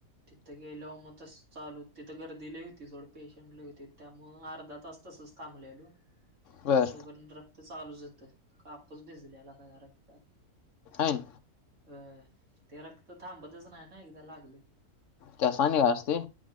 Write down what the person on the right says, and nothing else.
तिथं गेल्याव मग तसं चालू तिथं गर्दी लय होती. जोडं पेशंट लय होते. त्यामुळ अर्धा तास तसंच कामलेलू
तो पर्यत रक्त चालूच येतं. कापूस भिजलेला जरा रक्ता
अ ते रक्त थांबतच नाही ना, एकदा लागलं की,